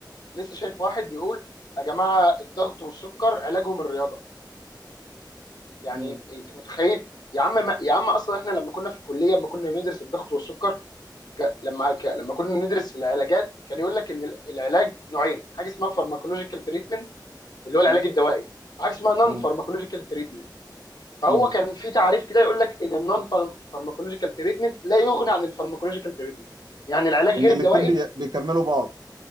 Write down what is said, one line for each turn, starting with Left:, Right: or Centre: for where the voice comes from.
Left: لسه شايف واحد بيقول يا جماعه الضغط والسكر علاجهم الرياضه يعني
Right: مم.
Left: انت متخيل يا عم ما يا عم اصلا احنا لما كنا في الكليه لما كنا بندرس الضغط والسكر ك... لما ك... لما كنا ندرس العلاجات كان يقول لك ان ال- العلاج نوعين حاجه اسمها فارماكولوجيكال تريتمنت اللي هو العلاج
Right: مم.
Left: الدوائي وحاجه اسمها نون
Right: مم.
Left: فارماكولوجيكال تريتمنت فهو
Right: مم.
Left: كان في تعريف كده يقول لك ان النون فارماكولوجيكال تريتمنت لا يغني عن الفارماكولوجيكال تريتمنت يعني العلاج غير
Right: ان الاتنين
Left: الدوائي
Right: بي- بيكملوا بعض